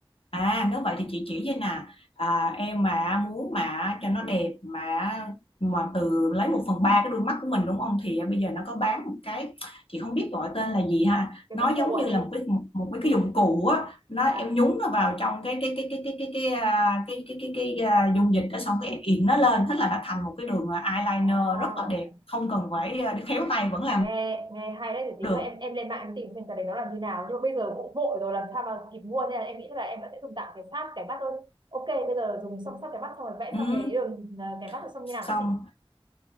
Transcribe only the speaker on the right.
cái
dụng
cụ à
chị
dạ,
à
nghe nghe hay đấy thì tí
nữa em em lên mạng em tìm xem cái đấy nó là như nào nhưng mà bây giờ cũng vội rồi làm sao mà kịp mua nên là em nghĩ là em vẫn sẽ dùng tạm cái sát cái mắt thôi ok bây giờ dùng xong sát cái mắt xong rồi vẽ
xong cái đường à, cái mắt rồi xong như
nào đấy chị nhỉ